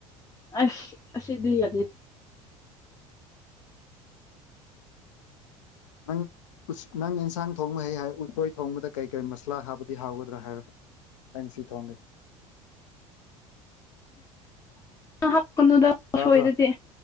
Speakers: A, on the left; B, on the left.
A: ꯑꯁ ꯁꯤꯗꯤ ꯌꯥꯗꯤ
B: ꯅꯪ ꯅꯪ ꯏꯟꯁꯥꯡ ꯊꯣꯡꯕ ꯍꯩ ꯍꯥꯏ ꯎꯣꯏ ꯊꯣꯡꯕꯗ ꯀꯔꯤ ꯀꯔꯤ ꯃꯁꯂꯥ ꯍꯥꯞꯕꯗꯤ ꯍꯥꯎꯒꯗ꯭ꯔꯥ ꯍꯥꯏꯔ ꯑꯦꯟ ꯁꯤꯠ ꯍꯣꯡꯦ <unintelligible>
A: ꯑ ꯍꯥꯀꯅꯨꯗ
B: ꯇꯥꯕ꯭ꯔꯥ
A: ꯎꯁꯣꯏꯗꯗꯤ